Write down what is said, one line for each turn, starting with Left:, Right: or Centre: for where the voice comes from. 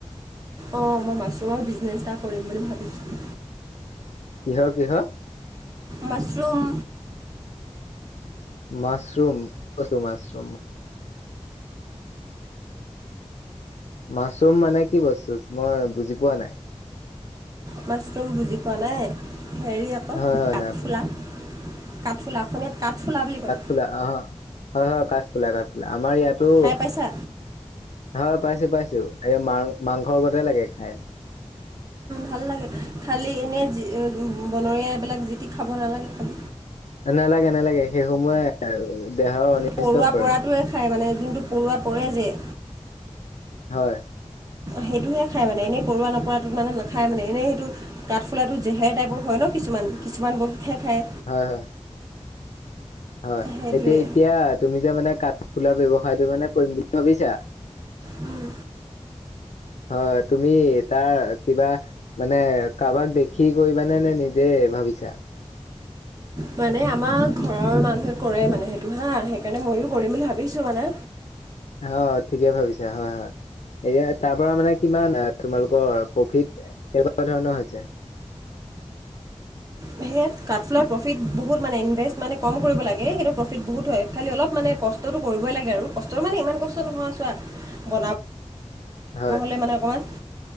Right: অ' মই মাছৰুমৰ বিজনেচ এটা কৰিম বুলি ভাবিছোঁ।
Left: কিহৰ কিহৰ।
Right: মাছৰুম।
Left: মাছৰুম, কটো মাছৰুম। মাছৰুম মানে কি বস্তু মই বুজি পোৱা নাই?
Right: মাছৰুম বুজি পোৱা নাই হেৰি আকৌ
Left: হয় হয়
Right: কাঠফুলা।
Left: নাই পোৱা
Right: কাঠফুলা, অসমীয়াত কাঠফুলা বুলি কয়।
Left: ফুলা অ' হয় হয় কাঠফুলা কাঠফুলা আমাৰ ইয়াতো
Right: খাই পাইছা
Left: হয় পাইছোঁ, পাইছোঁ এই মা-মাংসৰ <unintelligible> লাগে খাই।
Right: ভাল লাগে, খালী এনেই বনৰীয়াবিলাক যি টি খাব নালাগে খালী।
Left: নালাগে নেলাগে সেই সময়ে দেহৰ। অনিষ্ট
Right: পৰুৱা
Left: কৰে
Right: পৰাটোৱে খায় মানে যোনটো পৰুৱা পৰে যে
Left: হয়।
Right: সেইটোহে খায় মানে এনেই পৰোৱা নপৰাটো মানে নাখায় মানে এনেই সেইটো কাঠফুলাটো জেহেৰ টাইপৰ হয় ন কিছুমান কিছুমান বস্তু খে খায়।
Left: হয়, হয়। হয়
Right: সেইটোৱে
Left: এতিয়া এতিয়া তুমি যে মানে কাঠ ফুলাৰ ব্যৱসায়টো মানে কৰিম বুলি ভাবিছা
Right: উম।
Left: অ' তুমি। তাৰ কিবা মানে কাৰোবাক দেখি কৰিবানে নে নিজে ভাবিছা
Right: মানে আমাৰ ঘৰৰ মানুহে কৰে মানে সেইটো হা সেইকাৰণে ময়ো কৰিম বুলি ভাবিছো মানে।
Left: অ' ঠিকেই ভাবিছা হয়, হয়। এয়া তাৰ পৰা মানে কিমান তোমালোকৰ প্ৰফিত কেনেকুৱা ধৰণৰ হৈছে
Right: সেয়ে কাঠফুলাৰ প্ৰফিট বহুত মানে ইনভেষ্ট মানে কম কৰিব লাগে কিন্তু প্ৰফিট বহুত হয় খালি অলপ মানে কষ্ট কষ্টটো কৰিবই লাগে আৰু কষ্ট মানে ইমান কষ্ট নহয় চোৱা বনাব
Left: হয়
Right: হ'লে মানে অকণমান